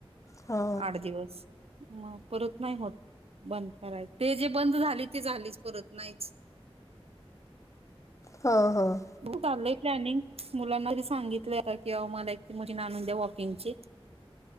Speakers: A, on the left (about 30°); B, on the right (about 75°).
A: हा
B: आठ दिवस मग परत नाही होत बंद करायच ते जे बंद झाली ते झालीच परत नाहीच
A: ह ह
B: हो कुठ चाललंय प्लॅनिंग मुलांना आधी सांगितलंय की अहो मला एक माझी मशीन आणून द्या वॉकिंग ची.